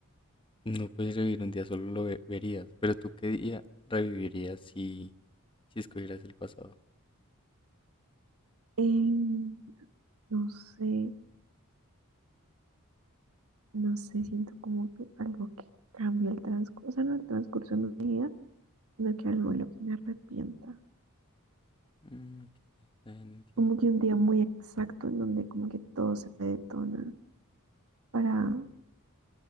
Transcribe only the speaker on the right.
Em, no sé. no sé, siento como que algo que cambia el transcurso, o sea, no el transcurso de mi vida, sino que algo en lo que me arrepienta.
Como que un día muy exacto en donde como que todo se me detona para,